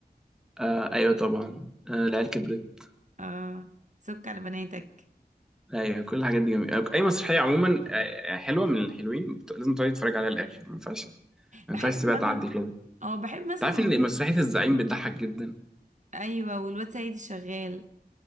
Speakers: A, in the centre; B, on the right (about 45°).
A: آه ايوه طبعا آه العيال كبرت
B: اه سك على بناتك
A: ايوه كل الحاجات دي جميله اي مسرحيه عموما آه، آه، حلوه من الحلوين بت- لازم تقعدي تتفرج عليها للاخر ما ينفعش ما ينفعش
B: بحب
A: تسيبها
B: مثلا
A: تعدي كده انت
B: اه بحب مثلا
A: عارف ان مسرحيه الزعيم بتضحك جدا
B: ايوه والواد سيد الشغال